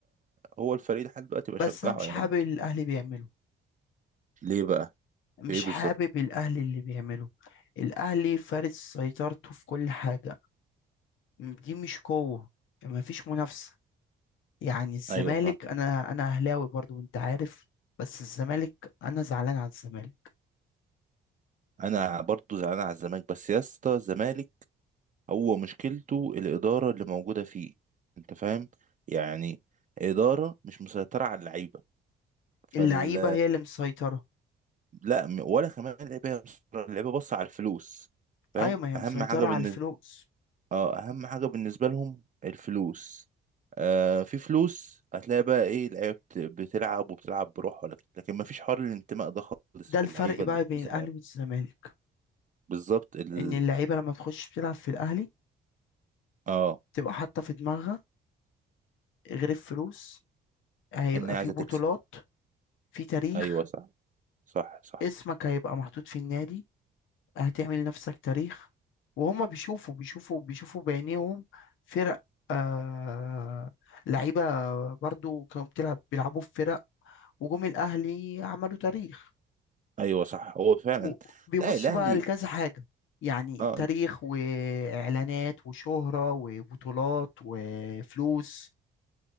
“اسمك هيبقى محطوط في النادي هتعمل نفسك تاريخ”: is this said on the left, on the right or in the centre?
Left